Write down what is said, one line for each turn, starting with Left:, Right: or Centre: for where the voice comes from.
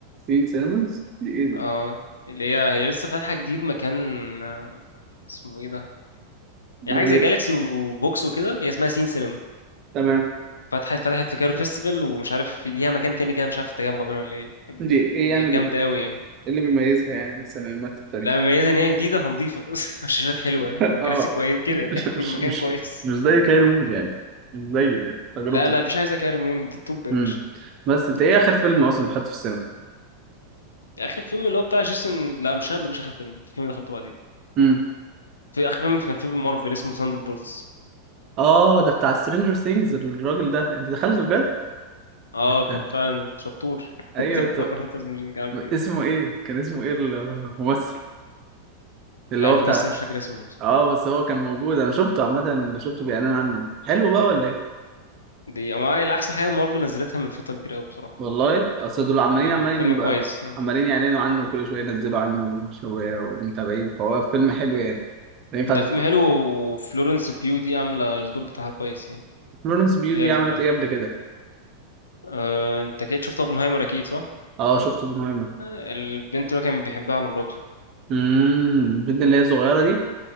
Right: سين سينماز دي ايه دي
Left: اه اللي هي هي لسه فاتحة جديد مكان آه، اسمه ايه ده هي
Right: ما
Left: حاجة
Right: دي
Left: زي جالاكسي وبوكس وكده هي اسمها سين سينما
Right: تمام
Left: فتحت فتحت في كايرو فيستيفال ومش عارف في- ليها مكان تاني كده مش عارف في التجمع باين ولا ايه
Right: دي ايه
Left: ج-
Right: يعني ب-
Left: جامدة
Right: إيه
Left: أوي يعني
Right: اللي بيميزها يعني عن السينمات التانية
Left: لا مميزة ان هي جديدة فنضيفة بس <laughs> الشاشات حلوة
Right: <laughs>
Left: والكراسي
Right: اه
Left: كويس كده يعني
Right: مش مش
Left: <laughs> المكان
Right: مش
Left: كويس
Right: مش زي كايرو مود يعني مش زي تجربتك
Left: لا لا مفيش حاجة زي كده ريمون دي التوب يا
Right: امم
Left: باشا
Right: بس انت
Left: دي التوب
Right: ايه اخر فيلم اصلا دخلت في السينما
Left: اخر فيلم اللي هو بتاع جيسون لا مش ده مش اخر فيلم في فيلم دخلته بعدين
Right: امم
Left: في اخر فيلم كان فيلم مارفل اسمه ثاندر بولتس
Right: اه ده بتاع سترينجر ثينجز الراجل ده انت دخلت بجد
Left: اه كان
Right: انت
Left: فعلا شطور <laughs>
Right: ايوه
Left: كان
Right: انت
Left: مرة انت مش كان فيه
Right: اسمه
Left: إيه.
Right: ايه كان اسمه ايه الممثل اللي
Left: لا
Right: هو
Left: الممثل
Right: بتاع
Left: مش فاكر اسمه بصراحة.
Right: اه بس هو كان موجود انا شفته عامه شفته بيعلن عنه حلو بقى ولا ايه
Left: دي أما هي احسن حاجة مارفل نزلتها من فترة كبيرة قوي بصراحة
Right: والله اصل دول عمالين
Left: يعني
Right: عمالين
Left: فيلم كويس
Right: بقى
Left: آه.
Right: عمالين يعلنوا عنه وكل شويه ينزلوا عنه شويه ومتابعين فهو فيلم حلو يعني لا ينفع
Left: لا
Right: تتفرج
Left: فيلم حلو وفلورنس بيو دي عاملة الدور بتاعها كويس يعني
Right: فلورنس بيوتي
Left: اللي
Right: عملت
Left: هي
Right: ايه قبل كده
Left: أه... انت اكيد شفت اوبنهايمر اكيد صح
Right: اه شفته ده مهم
Left: آه، البنت اللي هو كان بيحبها على مراته
Right: امم البنت اللي هي صغيره دي